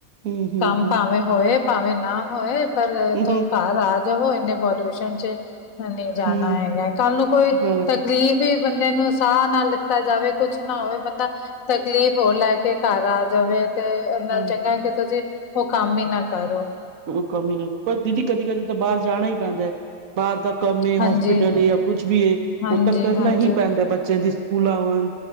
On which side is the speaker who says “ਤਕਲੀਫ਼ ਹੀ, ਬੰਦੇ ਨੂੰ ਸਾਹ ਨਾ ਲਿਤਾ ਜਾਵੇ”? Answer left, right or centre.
Left